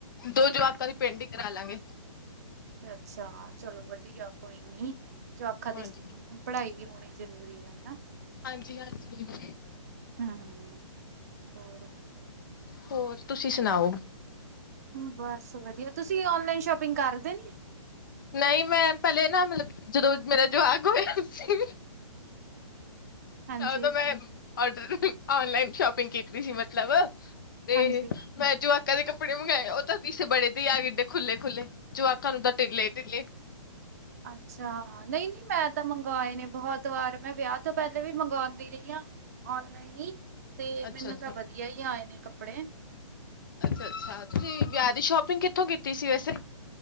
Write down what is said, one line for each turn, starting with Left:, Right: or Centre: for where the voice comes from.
Left: ਦੋ ਜਮਤਾਂ ਦੀ ਪਿੰਡ ਹੀ ਕਰਾ ਲਾਂਗੇ
Right: ਅੱਛਾ ਚਲੋ ਵਧੀਆ ਕੋਈ ਨੀ ਜੋਵਾਕਾ
Left: ਹਾਂਜੀ।
Right: ਦੀ ਪੜ੍ਹਾਈ ਹੋਣੀ ਜ਼ਰੂਰੀ ਆ ਹਨਾ
Left: ਹਾਂਜੀ-ਹਾਂਜੀ ਵੀ
Right: ਹੂੰ ਹੋਰ
Left: ਹੋਰ ਤੁਸੀਂ ਸੁਣਾਓ
Right: ਬਸ ਵਧੀਆ ਤੁਸੀਂ ਔਨਲਾਈਨ ਸ਼ੋਪਿੰਗ ਕਰ ਦੇ ਨੀ
Left: ਨਹੀਂ ਮੈਂ ਪਹਿਲੇ ਨਾ ਮਤਲਬ ਜਦੋਂ ਮੇਰਾ ਜੋਵਾਕ ਹੋਇਆ ਸੀ
Right: ਹਾਂਜੀ
Left: ਓਦੋਂ ਮੈਂ ਆਰਡਰ ਔਨਲਾਈਨ ਸ਼ੋਪਿੰਗ ਕੀਤੀ ਸੀ ਮਤਲਬ ਤੇ
Right: ਹਾਂਜੀ
Left: ਮੈਂ ਜੋ ਕਦੇ ਕੱਪੜੇ ਮੰਗਵਾਏ ਉਹ ਤਾਂ ਪੀਸ ਬੜੇ ਦੇ ਹੀ ਆ ਗਏ ਏਡੇ ਖੁੱਲੇ ਖੁੱਲੇ ਜੋਵਾਕਾ ਨੂੰ ਤਾਂ ਟਿੱਲੇ ਟਿੱਲੇ
Right: ਅੱਛਾ ਨਹੀਂ-ਨਹੀਂ ਮੈਂ ਤਾਂ ਮੰਗਵਾਏ ਨੇ ਬਹੁਤ ਵਾਰ ਮੈਂ ਵਿਆਹ ਤੋਂ ਪਹਿਲੇ ਵੀ ਮੰਗਵਾਉਂਦੀ ਰਹੀ ਹਾਂ ਔਨਲਾਈਨ ਹੀ ਤੇ
Left: ਅੱਛਾ-ਅੱਛਾ
Right: ਮੈਨੂੰ ਤਾਂ ਵਧੀਆ ਹੀ ਆਏ ਨੇ ਕੱਪੜੇ
Left: ਅੱਛਾ ਅੱਛਾ ਤੁਸੀਂ ਵਿਆਹ ਦੀ ਸ਼ੌਪਿੰਗ ਕਿੱਥੋਂ ਕੀਤੀ ਸੀ ਵੈਸੇ